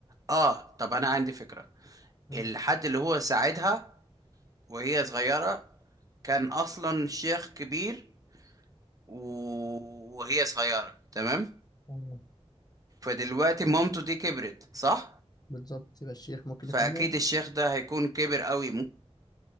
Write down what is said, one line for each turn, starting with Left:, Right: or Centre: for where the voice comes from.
Right: اه طب انا عندي فكرة
Left: مم.
Right: الحد اللي هو ساعدها وهي صغيرة كان اصلا شيخ كبير و- وهي صغيرة تمام
Left: أيوة.
Right: فدلوقتي مامته دي كبرت صح
Left: بالظبط يبقى الشيخ ممكن
Right: فاكيد
Left: يكون مات
Right: الشيخ ده هيكون كبر قوي ممكن